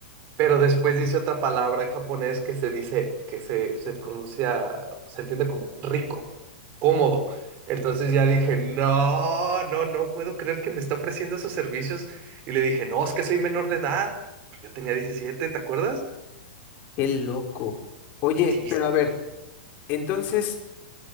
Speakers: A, on the right (about 35°); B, on the left (about 35°).
A: Pero después dice otra palabra en japonés que se dice, que se, se pronuncia, se entiende como rico, cómodo. Entonces ya dije, no, no, no puedo creer que me está ofreciendo esos servicios. Y le dije, no, es que soy menor de edad. Pues Yo tenía diecisiete ¿te acuerdas?
B: Qué loco. Oye,
A: Sí,
B: pero
A: sí.
B: a ver, entonces.